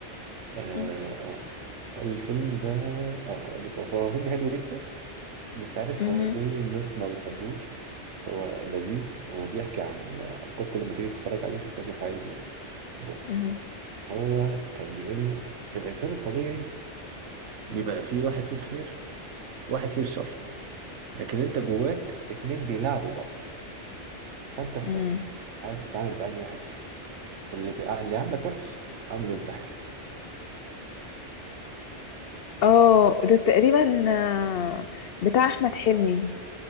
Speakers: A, on the right; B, on the left.
A: اه
B: <laughs>
A: آه. الفيلم ده اه هقول لك هو هو فيلم حلو جدا مش عارف
B: مهم.
A: هو ليه الناس ما بتحبوش بس هو لذيذ وبيحكي عن افكار كل ما تيجي تتفرج عليه تكتشف حاجه جديده بص
B: مهم.
A: هو كان بيقول له في الانسان الطبيعي بيبقى فيه واحد فيه الخير واحد فيه الشر لكن انت جواك اتنين بيلعبوا بعض فانت اختار
B: مهم.
A: عايز تتعامل بأنهي واحد فيهم اللي تع- اللي عاملك وحش عامله انت حلو
B: اه ده تقريبا آه، بتاع احمد حلمي